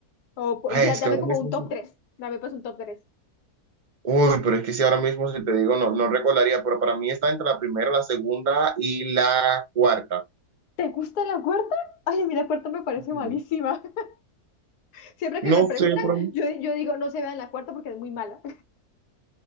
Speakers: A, on the left; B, on the right.
A: O po-
B: Ay,
A: di- dame
B: es que ahora
A: como
B: mismo,
A: un top
B: sí-
A: 3. Dame pues un top 3.
B: uy, pero es que si ahora mismo si te digo no, no recordaría, pero para mí está entre la primera, la segunda y la cuarta.
A: ¿Te gusta la cuarta? Ay, a mí la cuarta me parece
B: Mm.
A: malísima. <laughs> Siempre que
B: No
A: me preguntan,
B: sé, pero...
A: yo, yo digo, no se vean la cuarta porque es muy mala.